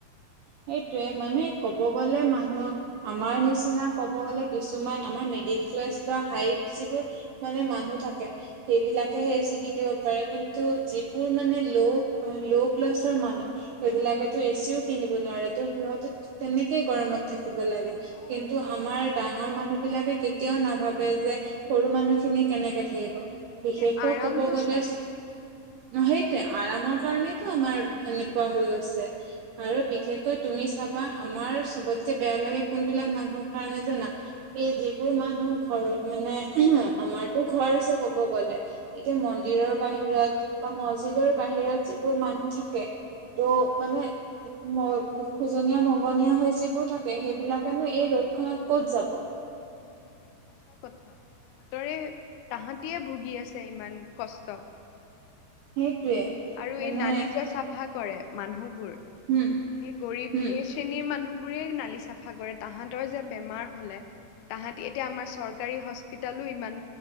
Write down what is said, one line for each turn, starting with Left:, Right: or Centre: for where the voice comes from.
Right: সেইটোয়ে মানে ক'ব গলে মানুহক আমাৰ নিচিনা ক'ব গ'লে কিছুমান আমাৰ মিডিল ক্লাছ বা হাই যিবোৰ মানে মানুহ থাকে সেইবিলাকেহে এছি কিনিব পাৰে কিন্তু যিবোৰ মানে ল' ল' ক্লাছৰ মানুহ সেইবিলাকেতো এচিও কিনিব নোৱাৰে ত' সিহঁত তেনেকে গৰমত থাকিব লাগে
Left: অ
Right: কিন্তু আমাৰ ডাঙৰ মানুহ বিলাকে কেতিয়াও নাভাবে যে সৰু মানুহ খিনি কেনেকে থাকিব বিশেষকৈ
Left: সেই আৰামটো
Right: কব গলে
Left: চাই
Right: সেইটোৱে আৰামৰ কাৰনেটো আমাৰ এনে কোৱা হৈ গৈছে আৰু বিশেষকৈ তুমি চাবা আমাৰ চবতকে বেয়া লাগে কোনবিলাক মানুহৰ কাৰণে জানা এই যিবোৰ মানুহ ঘৰ মানে আমাৰতো ঘৰ আছে কব গ'লে এতিয়া মন্দিৰৰ বাহিৰত বা মছজিদৰ বাহিৰত যিবোৰ মানুহ থাকে ত
Left: উম
Right: মানে <unintelligible> খোজনীয়া মগনীয়া হৈ যিবোৰ থাকে সেইবিলাকেনো এই ৰ'দ খনত ক'ত যাব
Left: উম সঁচা কথা তাহতৰে তাহাঁতিয়ে ভুগি আছে ইমান কষ্ট।
Right: সেইটোৱে
Left: আৰু
Right: মানে
Left: এই নালি যে চাফা কৰে মানুহবোৰ
Right: হম
Left: সেই গৰীব
Right: হম
Left: সেজ শ্ৰেণীৰ মানুহ বোৰে নালি চাফা কৰে তাহাঁতৰ যে বেমাৰ হ'লে তাহাঁতি এতিয়া আমাৰ চৰকাৰী হস্পিতেলো ইমান